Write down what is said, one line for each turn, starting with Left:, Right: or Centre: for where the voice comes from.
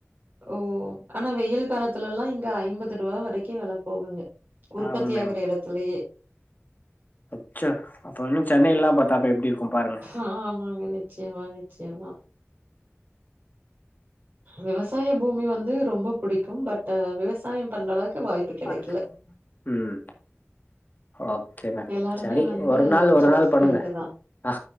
Right: ஓ ஆனா வெயில் காலத்துல எல்லா இங்க ஐம்பது ரூபா வரைக்கும் வில போகுங்க உற்பத்தியாகிற
Left: ஆமா மேம்
Right: இடத்திலயே
Left: அச்சோ அப்ப இன்னு சென்னையில்லா பாத்தா அப்ப எப்டி இருக்கும் பாருங்களே
Right: ஆமாங்க நிச் நிச்சயமா நிச்சயமா விவசாய பூமி வந்து ரொம்ப புடிக்கும் பட் விவசாயம் பண்ற அளவுக்கு வாய்ப்பு கெடைக்கல.
Left: பாங்க உம் ஓக்கே மேம்
Right: எல்லாருமே
Left: சரி
Right: வந்து
Left: ஒரு நாள் ஒரு
Right: ஜாப்
Left: நாள்
Right: ஃபீல்டு
Left: பண்ணுங்க
Right: தான்.
Left: ஆ